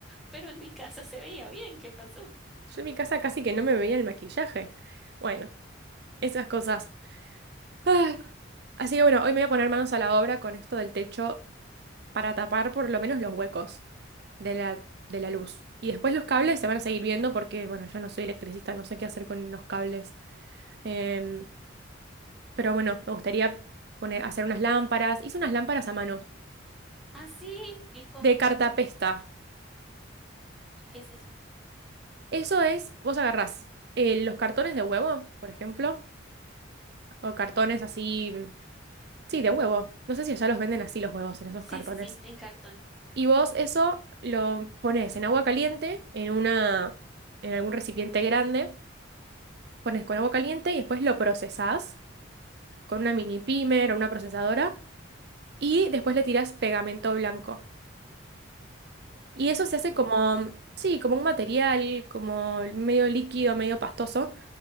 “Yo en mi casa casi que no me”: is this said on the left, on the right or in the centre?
Right